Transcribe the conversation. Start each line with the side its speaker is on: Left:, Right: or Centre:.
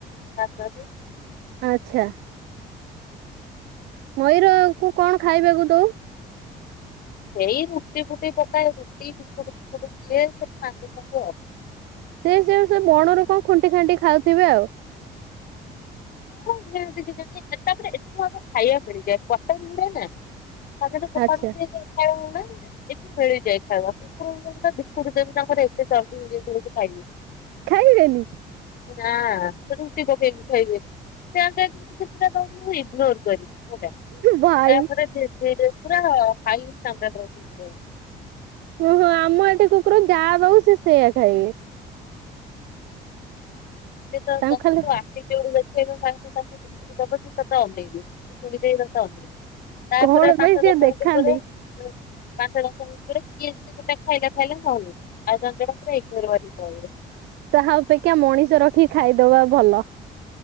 Left: ନାଚନ୍ତି।
Right: ଆଛା। ମୟୂର କୁ କଣ ଖାଇବାକୁ ଦଉ?
Left: ସେଇ ରୁଟି ଫୁଟି ପକାଏ ରୁଟି ବିସ୍କୁଟ ଫିସ୍କୁଟ ଦିଏ ସେ ଖାଆନ୍ତି ସବୁ ଆଉ।
Right: ସେ ସେ ସେ ବଣରୁ କଣ ଖୁଣ୍ଟି ଖାଣ୍ଟି ଖାଉଥିବେ ଆଉ।
Left: ପରେ <unintelligible> <unintelligible>
Right: ଆଚ୍ଛା
Left: ଏଠି ମିଳିଯାଏ ଖାଇବା କୁକୁରଙ୍କ ପାଇଁକା ବିସ୍କୁଟ୍ ଯମି ଆମର ଏତେ ଚର୍ବି ହେଇଯାଇଚି <unintelligible>
Right: ଖାଇବେନି?
Left: ନା ସେ ରୁଟି ପକେଇନି ଖାଇବେନି। ସେ ସେ ଯେମିତି କୁକୁରଟା ମୁଁ ଇଗ୍ନୋର୍ କରିବି ହେଲା,
Right: ଭାଇ
Left: ତାପରେ ଧୀରେ ଧୀରେ ପୁରା ହାଇଷ୍ଟାଣ୍ଡାଡ ର କୁକୁର।
Right: ଅଁ, ହଁ ଆମ ଏଠି କୁକୁର ଯା ଦବୁ ସେ ସେଇଆ ଖାଇବେ।
Left: ସେ ତ
Right: ତାଙ୍କୁ
Left: ତୋମ
Right: ଖାଲି
Left: କୁକୁର ଆଖି ଯୋଉ ଦେଖେଇବେ ସାଙ୍ଗେ ସାଙ୍ଗେ ତାଙ୍କୁ ବିସ୍କୁଟ୍ ଦବକି ତୋତେ ଅନେଇବେ। ଶୁଣି ଦେଇେ ତୋତେ ଅନେଇବେ, ତାପରେ
Right: କଣ ପାଇଁ
Left: ପାଞ୍ଚ
Right: ସିଏ
Left: ଦଶ
Right: ଦେଖାନ୍ତି
Left: ମିନିଟ ପରେ <inaudible> ପାଞ୍ଚ ଦଶ ମିନିଟ୍ ପରେ କିଏ ଯଦି ଗୋଟେ ଖାଇଲା ଖାଇଲା ନହେଲେ ନାଇଁ, ଆଉ ଜଣେ ଜଣେ ପୁରା ଇଗ୍ନୋର ମାରି ପଳେଇବେ।
Right: ତାହା ଅପେକ୍ଷା ମଣିଷ ରଖି ଖାଇଦବା ଭଲ।